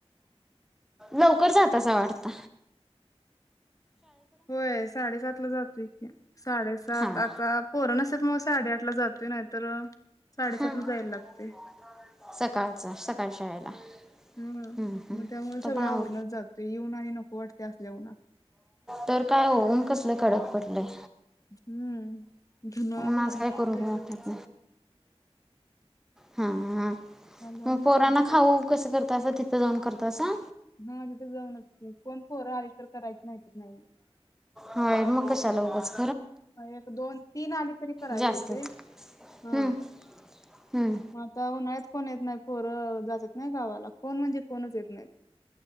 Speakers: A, in the centre; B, on the left.
A: लवकर जातासा वाटत
B: होय साडेसात ला जातोय अ साडेसात
A: हां
B: आता पोरं नसत्यात साडेआठ ला जातोय नाहीतर साडेसात
A: हम्
B: ला
A: <unintelligible>
B: जायला लागते
A: सकाळचा सकाळी शाळेला
B: हम
A: हम्म, हम्म.
B: त्यामुळे सगळं
A: तो पण आव
B: आवरूनच जातोय येऊन आणि नको वाटते असल्या उन्हातन
A: तर काय होऊन कसले कडक पटलंय
B: हम्म धुन भांडी
A: आज काय करू
B: जेवन
A: बी वाटत
B: ते
A: हा हा
B: आल्यावर
A: मग
B: नुसतं
A: पोरांना
B: जेवायचं
A: खाऊ कसं करतासा? ते त जाऊन करतासा
B: ह आ तिथं जाऊनच कोण पोरं आली तर करायच मग नाही
A: होय मग कशाला उघच
B: एक दोन तीन आली तरी करायला
A: जास्तीत
B: येतय ह
A: हम्म, हम्म.
B: म आता उन्हाळ्यात कोण येत नाहीत पोरं जातेत नाही गावाला कोण म्हणजे कोणच येत नाही